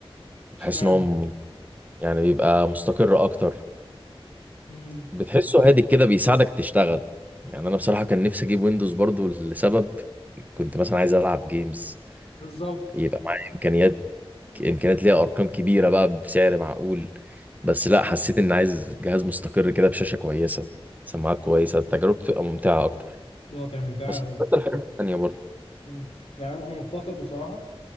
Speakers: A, on the left (about 85°); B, on the right (about 15°).
A: اشمعنى
B: بحس ان هو م- يعني بيبقى مستقر اكتر
A: امم
B: بتحسه هادي كده بيساعدك تشتغل يعني انا بصراحه كان نفسي اجيب ويندوز برضو لسبب كنت مثلا عايز العب جيمز
A: بالظبط
B: يبقى معايا امكانيات امكانيات ليها ارقام كبيره بقى بسعر معقول بس لا حسيت ان عايز جهاز مستقر كده بشاشه كويسه سماعات كويسه تجربته تبقى ممتعه اكتر
A: بالظبط هي ممتعه
B: بس اكتر حاجه تانية برضه
A: مم. يعني انا انا مفتقد بصراحه